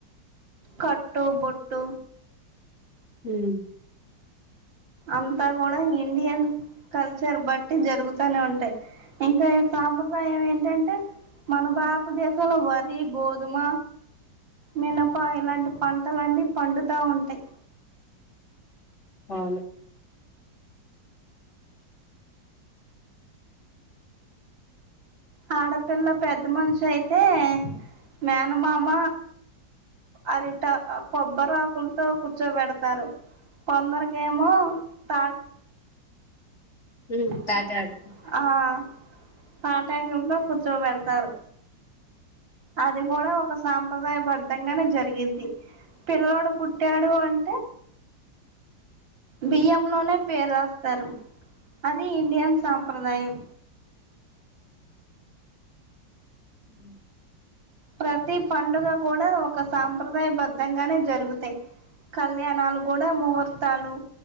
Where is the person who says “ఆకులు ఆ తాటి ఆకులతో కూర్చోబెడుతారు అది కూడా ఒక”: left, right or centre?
Right